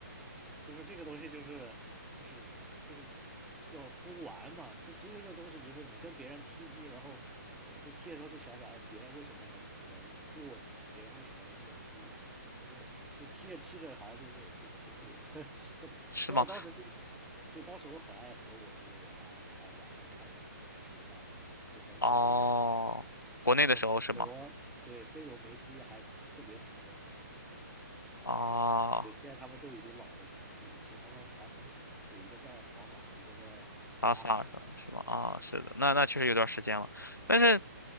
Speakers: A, in the centre; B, on the left.
A: 就是这个东西就是就是就是要多玩嘛。就足球这个东西，就是你跟别人踢踢，然后每次踢的时候就想想哎别人为什么能能过你，别人为什么能这么踢，就是就踢着踢着好像就是就就会了。<laughs>
B: 是吗？
A: 只要我当时就就当时我很爱和我就是我爸看晚上看球赛，就当时是
B: 哦，国内的时候是吗？
A: C 罗对 C 罗梅西还特别火的时候，对。
B: 哦，
A: 对，现在他们都已经老了嘛，就以前他们还很火，就一个在皇马，一个在巴萨，
B: 巴萨是吧？是吗？啊，
A: 对
B: 是的，那那确实有段时间了。但是，
A: 对对，